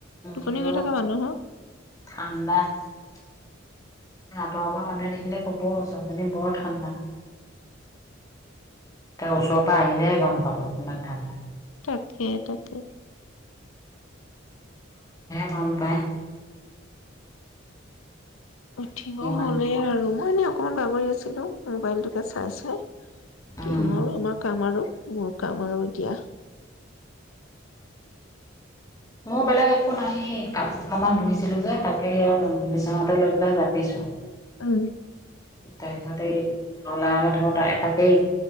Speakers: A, on the left; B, on the left.
A: টোপনি
B: নীৰৱ
A: গৈ থাকা মানুহক
B: ঠাণ্ডা আতৰৰ পৰা মানুহে দেখিলে কব ছোৱালীজনী বৰ ঠাণ্ডা। তাৰ ওচৰৰপৰা আহিলে গম পাব কিমান ঠাণ্ডা।
A: তাকে তাকে।
B: অ', পাই।
A: উঠিব
B: কিমান
A: হ'লেই আৰু মানে অকণমান বাগৰি আছিলোঁ মোবাইলতোকে চাই চাই।
B: উম
A: কিনো আৰু আমাৰ কাম আৰু। মোৰ কাম আৰু এতিয়া।
B: মোৰ বেলেগ একো নাইয়ে কাপোৰ অলপমান ধুইছিলোঁ যে তাকে সেয়া বিচনাতে লৈ পেলাই জাপিছোঁ।
A: অ',
B: তাৰপিছত এই ৰাৰণ থ এ তাকেই